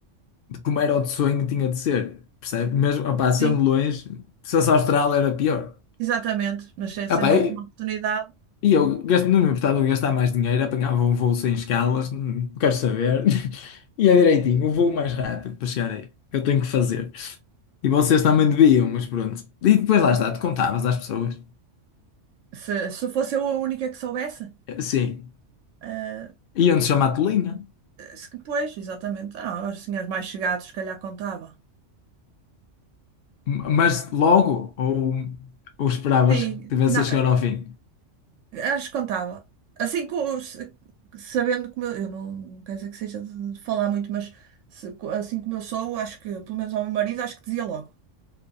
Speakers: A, on the left; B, on the right.
A: Como era o de sonho, tinha de ser, percebe? Mesmo, opá, sendo
B: Sim,
A: longe, se fosse a Austrália era pior.
B: exatamente. Mas se- sendo
A: Epá,
B: a
A: e,
B: última oportunidade.
A: e eu gasto, não me importava de gastar mais dinheiro, apanhava um voo sem escalas, não quero saber. <laughs> e é direitinho, o voo mais rápido para chegar aí. Eu tenho que fazer. E vocês também deviam, mas pronto. E depois lá está, te contavas às pessoas.
B: Se, se fosse eu a única que soubesse,
A: Sim,
B: eh,
A: iam-te chamar tolinha,
B: se que pois, exatamente. Ah, aos senhores mais chegados, se calhar contava.
A: M-
B: Acho
A: mas logo, ou, ou esperavas
B: que sim.
A: que tivesse
B: Na-
A: a chegar ao fim?
B: acho que contava. Assim, co- se- sabendo como eu, eu não, não quero dizer que seja de de falar muito, mas se co- assim como eu sou, acho que, pelo menos ao meu marido, acho que dizia logo.